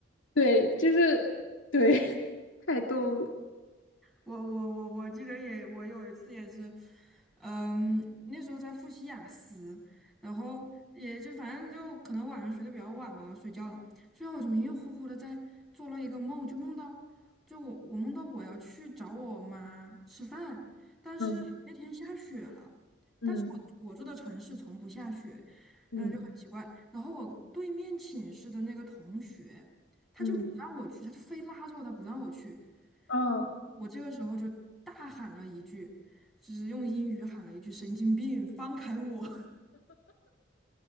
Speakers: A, on the left (about 80°); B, in the centre.
A: 对，就是对，<laughs> 太逗了。
B: 我我我我记得也，我有一次也是，嗯，那时候在复习雅思，然后也就反正就可能晚上学的比较晚吧，我睡觉了，所以我就迷迷糊糊的在做了一个梦，就梦到就我我梦到我要去找我妈吃饭，但是那天下雪了，
A: 嗯
B: 但是我我住的城市从不下雪，
A: 嗯
B: 嗯，
A: 嗯
B: 就很奇怪。然后我对面寝室的那个同学，他就不让我去，
A: 嗯，
B: 他就非拉着我，他不让我去。
A: 哦。
B: 我这个时候就大喊了一句，就是用英语喊了一句“神经病，放开我”